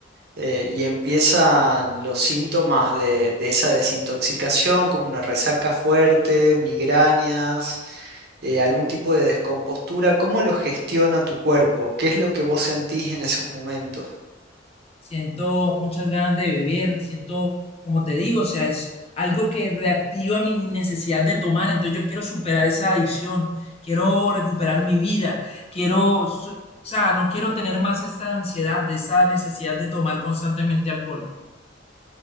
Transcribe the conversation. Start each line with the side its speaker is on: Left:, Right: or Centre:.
Right: eh, y empiezan los síntomas de, de esa desintoxicación, como una resaca fuerte, migrañas, eh, algún tipo de descompostura? ¿Cómo lo gestiona tu cuerpo? ¿Qué es lo que vos sentís en esos momentos?
Left: siento muchas ganas de vivir, siento, como te digo, o sea, es algo que reactiva mi necesidad de tomar, entonces yo quiero superar esa adicción, quiero recuperar mi vida, quiero, su- o sea, no quiero tener más esta ansiedad, de esa necesidad de tomar constantemente alcohol.